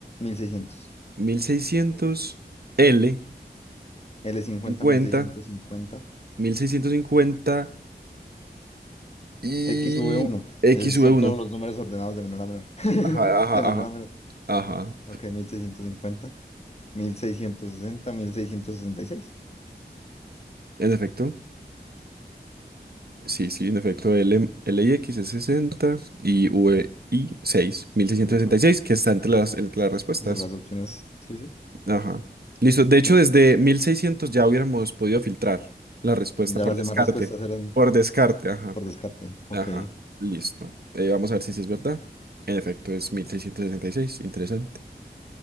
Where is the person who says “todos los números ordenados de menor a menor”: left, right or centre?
Left